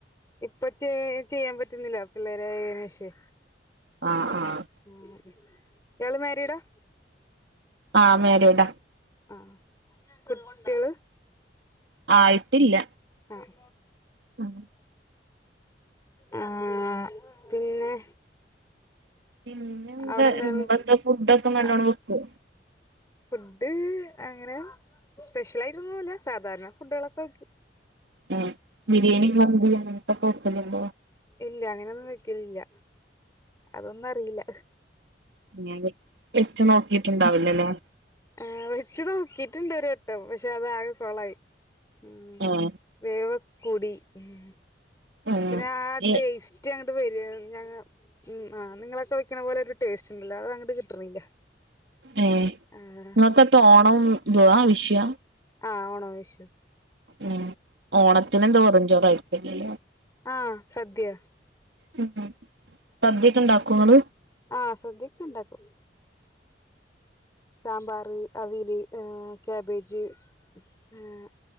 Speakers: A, on the left; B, on the right.
A: ഇപ്പ ചെയ്യാ, ചെയ്യാൻ പറ്റുന്നില്ല പിള്ളേരെ വച്ച്
B: ആഹ്, ആഹ്
A: ആഹ്, ഇയാളുമാരീടാ
B: ആഹ്, മാരീടാ
A: ആഹ് കുട്ട്യള്
B: ആയിട്ടില്ല
A: ആഹ്
B: ഉം
A: ആഹ്, പിന്നെ
B: പിന്നെയെന്താ
A: അവിടെ
B: <unintelligible>
A: എന്താണ്
B: ഫുഡൊക്കെ നല്ലോണംവെക്കോ
A: ഫുഡ് അങ്ങനെ സ്പെഷ്യലായിട്ടൊന്നുല്ല സാധാരണഫുഡുകളൊക്കെ വയ്ക്കും
B: ഉം ബിരിയാണി, മന്തി അങ്ങൻത്തൊക്കെ വെക്കലുണ്ടോ
A: ഇല്ല, അങ്ങനെയൊന്നും വെക്കലില്ല, അതൊന്നുറിയില്ല
B: ഞാന് ‌വെച്ചുനോക്കീട്ടുണ്ടാവില്ലലേ
A: ആഹ്‌, വെച്ചുനോക്കിയിട്ടുണ്ടൊരു വട്ടം, പക്ഷെ അതാകെ കൊളായി ഉം.
B: ഏഹ്
A: വേവൊക് കൂടി, ഉം
B: ഏഹ്
A: പിന്നെയാ
B: ഏ
A: ടേസ്റ്റങ്ങട്ടു വരു <unintelligible> ഉം ആഹ്‌, നിങ്ങളഹ് ചോയ്ക്കണ പോലെയൊരു ടേസ്റ്റുണ്ടല്ലോ അതങ്ങട്ടു കിട്ടണില്ല
B: ഏഹ്
A: ആഹ്
B: നിങ്ങക്കത്ത ഓണം, ന്തുവാ വിഷുവാ
A: ആഹ് ഓണം, വിഷു
B: ഉം.. ഓണത്തിനെന്തോരും
A: ഉം
B: ചോറാവയ്ക്കുക
A: ആഹ് സദ്യ
B: ഉം.. ഉം സദ്യയൊക്കെയുണ്ടാക്കുവോ നിങ്ങള്
A: ആഹ് സദ്യയൊക്കെയുണ്ടാക്കും സാമ്പാറ്, അവിയല്, ആ കാബേജ്, ആഹ്